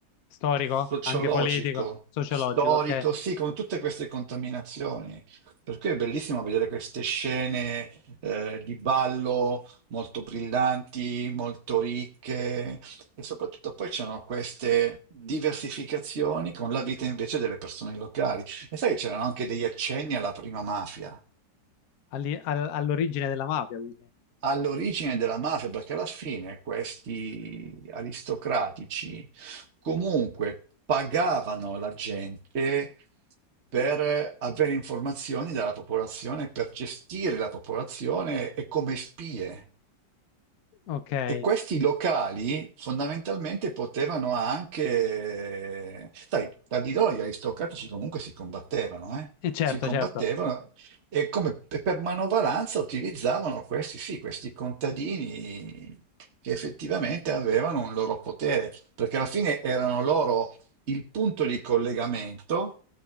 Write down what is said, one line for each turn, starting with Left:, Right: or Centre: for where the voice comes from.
Left: storico,
Right: sociologico,
Left: anche politico, sociologico,
Right: storico,
Left: ok?
Right: sì, con tutte queste contaminazioni. Per cui è bellissimo vedere queste scene eh, di ballo molto brillanti, molto ricche e soprattutto poi c'erano queste diversificazioni con la vita invece delle persone locali. E sai che c'erano anche degli accenni alla prima mafia.
Left: All'i- all- all'origine della mafia, quindi.
Right: all'origine della mafia, perché alla fine questi aristocratici comunque pagavano la gente per avere informazioni dalla popolazione, per gestire la popolazione e come spie.
Left: Ok, e
Right: E questi locali fondamentalmente potevano anche... Sai, tra di loro gli aristocratici comunque si combattevano, eh?
Left: certo,
Right: Si combattevano
Left: certo,
Right: e come pe- per manovalanza utilizzavano questi, sì, questi contadini che effettivamente avevano un loro potere, perché alla fine erano loro il punto di collegamento